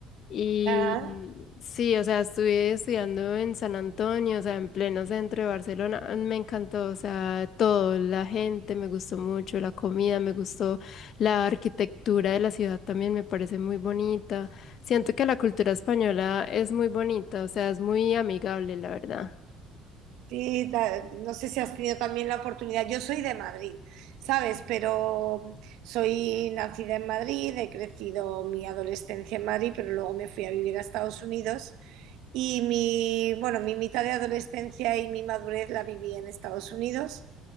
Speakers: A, on the left (about 40°); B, on the right (about 70°).
A: y
B: Ah,
A: sí, o sea, estuve estudiando en San Antonio, o sea, en pleno centro de Barcelona. ah, Me encantó, o sea, todo, la gente me gustó mucho, la comida me gustó, la arquitectura de la ciudad también me parece muy bonita. Siento que la cultura española es muy bonita, o sea, es muy amigable, la verdad.
B: sí, ta- no sé si has tenido también la oportunidad. Yo soy de Madrid, ¿sabes? Pero soy nacida en Madrid, he crecido mi adolescencia en Madrid, pero luego me fui a vivir a Estados Unidos. Y mi, bueno, mi mitad de adolescencia y mi madurez la viví en Estados Unidos.